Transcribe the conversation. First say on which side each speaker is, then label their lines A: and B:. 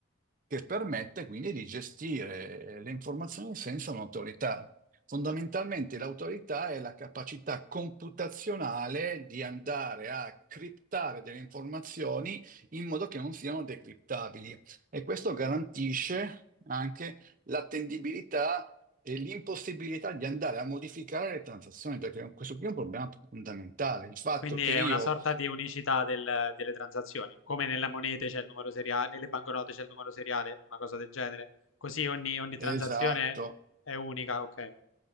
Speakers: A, on the right; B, on the left.
A: che permette quindi di gestire eh, le informazioni senza un'autorità. Fondamentalmente l'autorità è la capacità computazionale di andare a criptare delle informazioni in modo che non siano decriptabili e questo garantisce anche l'attendibilità e l'impossibilità di andare a modificare le transazioni, perché questo qui è un problema fondamentale, il fatto
B: Quindi
A: che
B: è
A: io...
B: una sorta di unicità del- delle transazioni, come nelle monete c'è il numero seriale, nelle banconote c'è il numero seriale, una cosa del genere. Così ogni, ogni transazione
A: Esatto.
B: è unica, ok.